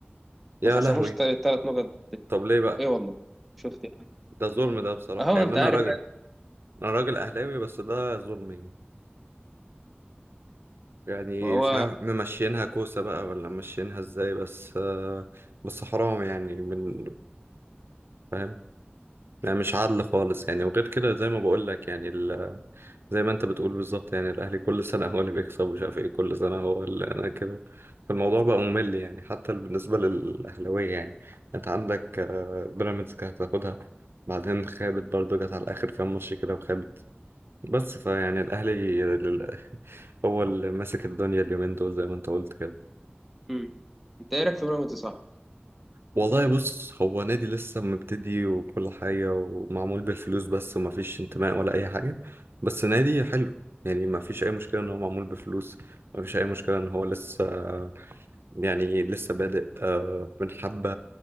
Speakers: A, on the right; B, in the centre.
A: يا
B: ما خصموش
A: لهوي
B: ثلاث نقط
A: طب ليه بقى
B: اي والله شفت يعني
A: ده ظلم ده بصراحه
B: اهو
A: يعني
B: انت
A: انا
B: عارف
A: راجل انا راجل اهلاوي بس ده ظلم يعني. يعني
B: ما هو
A: مش عارف ممشينها كوسة بقى ولا ممشينها ازاي بس آه، بس حرام يعني من فاهم يعني مش عادل خالص يعني وغير كده زي ما بقول لك يعني ال... زي ما انت بتقول بالظبط يعني الاهلي كل سنة هو اللي بيكسب ومش عارف ايه كل سنة هو اللي انا كده فالموضوع بقى ممل يعني حتى بالنسبة للاهلاوية يعني انت عندك آه، بيراميدز كانت هتاخدها بعدين خابت برضه جت على اخر كام ماتش كده وخابت بس فيعني الاهلي لل- <laughs> هو اللي ماسك الدنيا اليومين دول زي ما انت قلت كده
B: مم. انت ايه رايك في بيراميدز صح
A: والله بص هو نادي لسه مبتدي وكل حاجة ومعمول بالفلوس بس ومفيش انتماء ولا أي حاجة بس نادي حلو يعني مفيش أي مشكلة إن هو معمول بفلوس مفيش أي مشكلة إن هو لسه يعني لسه بادئ آه من حبة